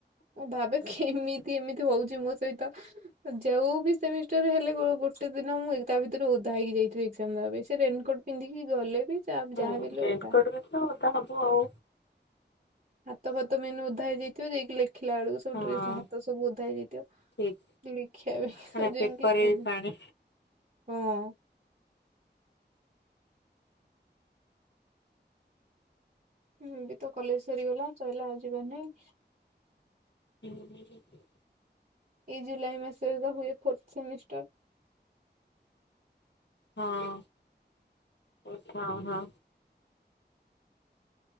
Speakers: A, on the right; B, on the left.
A: ମୁଁ ଭାବେ କେମିତି ତି ଏମିତି ହଉଛି ମୋ ସହିତ ଯଉ ବି ସେମିଷ୍ଟାର ହେଲେ ଗୋ ଗୋଟେ ଦିନ ମୁଁ ତା ଭିତରେ ଓଦା ହେଇକି ଯାଇଥିବି ଏକ୍ସାମ ଦେବା ପାଇଁ ସେ ରେନିକୋଟ ପିନ୍ଧିକି ଗଲେ ବି ଯାହା
B: ହୁଁ
A: ଯାହା ବି ହେଲେ
B: ରେନକୋଟ
A: ଓଦା।
B: ବି ତ ଓଦା ହବ ଆଉ।
A: ହାତ ଫାତ ମେନ ଓ ଭଗଧା ହେଇଯାଇଥିବ ଯାଇକି ଲେଖିଲା ବେଳକୁ ସବୁ
B: ହଁ।
A: ଡ୍ରେସ ହାତ ସବୁ ଓଧା ହେଇଯାଇଥିବ।
B: ଠିକ
A: ଲେଖିଆ ଭି ଭାଇ
B: ମାନେ
A: ଆ
B: ପେପରରେ
A: ଯାଇଙ୍ଗି ପ୍ରବ୍ଲେମ୍
B: ବି ପାଣି
A: <inaudible> ହଁ <inaudible> ହୁଁ ଏ ବି ତ କଲେଜ ସରିଗଲା ଚଳିଲା ଆଉ ଯିବାର ନାଇଁ।
B: ହୁଁ ହୁଁ <inaudible>
A: ଏଇ ଜୁଲାଇ ମାସରେ ତ ହୁଏ ଫୋର୍ଥ ସେମିଷ୍ଟର।
B: ହଁ ହଁ ହଁ